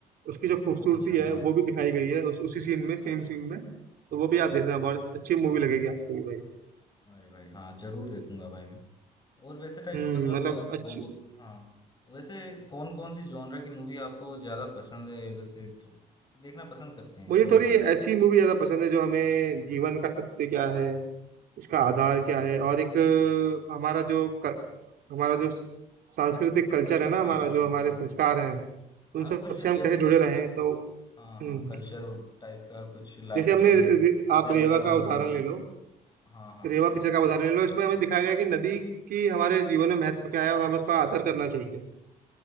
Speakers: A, on the right; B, on the left.
A: उसकी जो खूबसूरती
B: हाँ अच्छा
A: है
B: हाँ
A: वो भी दिखाई गई है उस, उसी सीन में सेम सीन में तो वो भी आप देखना बहुत अच्छी मूवी लगेगी आपको भी भाई
B: अरे भाई हाँ जरूर देखूंगा भाई मैं और वैसे टाइप
A: हम्म
B: मतलब
A: मतलब अच्छी
B: वो- हाँ वैसे कौन कौन सी जॉनर की मूवी आपको ज्यादा पसंद है वैसे मतलब देखना पसंद करते हैं
A: मुझे
B: कौन
A: थोड़ी
B: सा मूवी
A: ऐसी मूवी ज्यादा पसंद है जो हमें जीवन का सत्य क्या है इसका आधार क्या है और एक अ, हमारा जो क- हमारा जो सांस्कृतिक कल्चर है ना
B: हाँ
A: हमारा
B: अच्छा
A: जो
B: अच्छा
A: हमारे
B: हाँ
A: संस्कार हैं
B: हाँ
A: उन सब
B: कुछ
A: से हम
B: जैसे
A: कैसे जुड़े
B: कि
A: रहे हैं तो
B: हाँ,
A: हम्म,
B: हाँ, कल्चर टाइप का कुछ लाइफ
A: जैसे हमने
B: लेसन
A: रे- आप
B: देने
A: रेवा
B: वाला
A: का
B: मूवी
A: उदाहरण
B: सब
A: ले लो
B: हाँ हाँ
A: रेवा पिक्चर का उदाहरण ले लो इसमें हमें दिखाया गया है कि नदी की हमारे जीवन में महत्व क्या है और हमें उसका आदर करना चाहिए